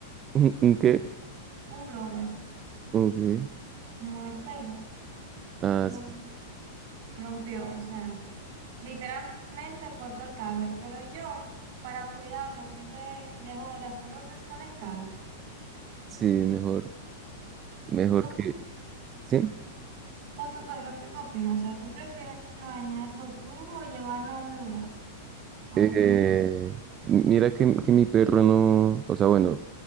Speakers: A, on the right (about 30°); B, on the right (about 55°).
A: <laughs> ¿Un qué?
B: un blower,
A: Ok.
B: como del pelo.
A: Ah,
B: lo
A: sí,
B: rompió, o sea, literalmente cortó el cable, pero yo para cuidarlo siempre dejo las cosas desconectadas.
A: sí, mejor, mejor
B: Tú con,
A: que, sí.
B: con tu perro, ¿qué tú opinas? O sea, ¿tú prefieres bañarlo tú o llevarlo a un lugar? A
A: Eh,
B: un...
A: mira que, que mi perro no, o sea, bueno,